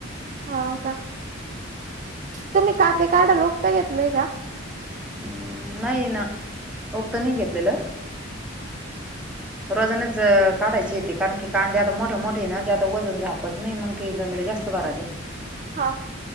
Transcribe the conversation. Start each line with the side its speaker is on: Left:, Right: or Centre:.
Right: हो का तुम्ही कांदे काढायला गुत्त घेतलय का?
Centre: हम्म नाही ना गुत्त नाही घेतलेल. रोजानाच काढायचे ते कारण की कांदे आता मोठे मोठे आहेत ना जे आता वजन झाल. होत नाही मंग ते घमेले जास्त भरात्या.
Right: हां